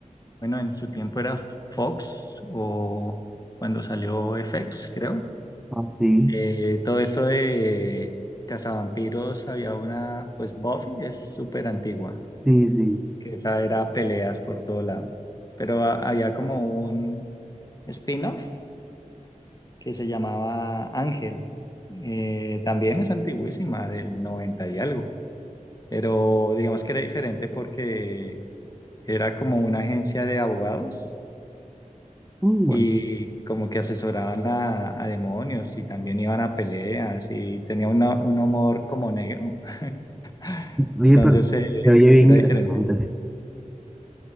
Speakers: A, on the left (about 30°); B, in the centre.
A: bueno, en su tiempo era Fox o cuando salió FX, creo.
B: Ah, sí,
A: Eh, todo esto de Cazavampiros, había una, pues Buffy es súper antigua,
B: sí, sí.
A: que esa era peleas por todo lado. Pero a- había como un spin-off que se llamaba Ángel. Eh, también es antiguísima, del 90 y algo, pero digamos que era diferente porque era como una agencia de abogados
B: Muy bueno.
A: y como que asesoraban a, a demonios y también iban a peleas y tenía una- un humor como negro, <laughs>
B: Oye,
A: entonces
B: pero
A: eh,
B: se oye bien
A: era diferente.
B: interesante.